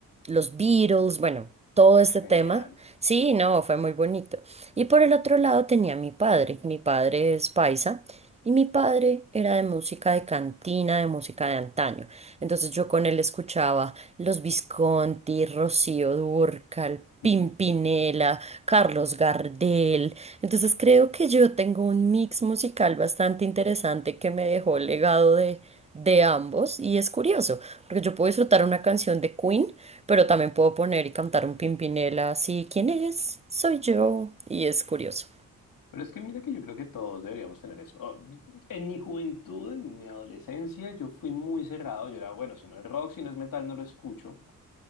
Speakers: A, on the right; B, on the left.
A: los Beatles, bueno, todo este
B: Genial.
A: tema. Sí, no, fue muy bonito. Y por el otro lado tenía a mi padre, mi padre es paisa, y mi padre era de música de cantina, de música de antaño. Entonces yo con él escuchaba los Visconti, Rocío Dúrcal,
B: <laughs> Pero
A: Pimpinela, Carlos Gardel. Entonces creo que yo tengo un mix musical bastante interesante que me dejó el legado de, de ambos. Y es curioso, porque yo puedo disfrutar una canción de Queen, pero también puedo poner y cantar un Pimpinela así, ¿quién es? Soy yo. Y es curioso.
B: es que mira que yo creo que todos deberíamos tener eso. Oh, En mi juventud, en mi adolescencia, yo fui muy cerrado. Yo era, bueno, si no es rock, si no es metal, no lo escucho.